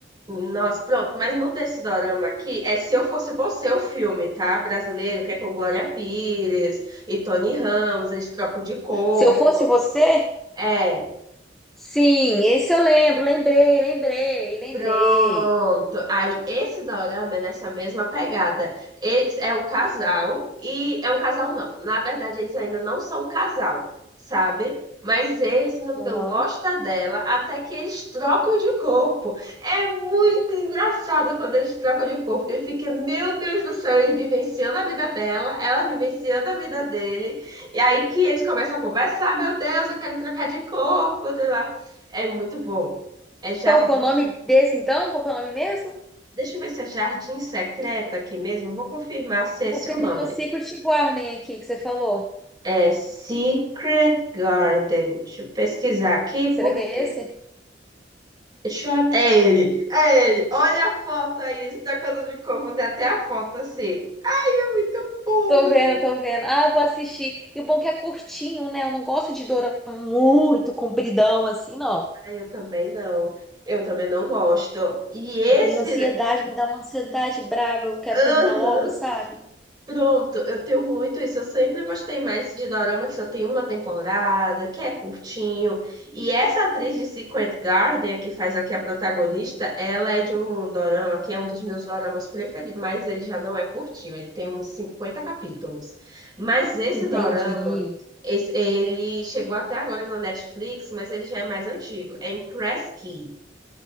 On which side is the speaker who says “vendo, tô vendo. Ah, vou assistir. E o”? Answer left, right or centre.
Centre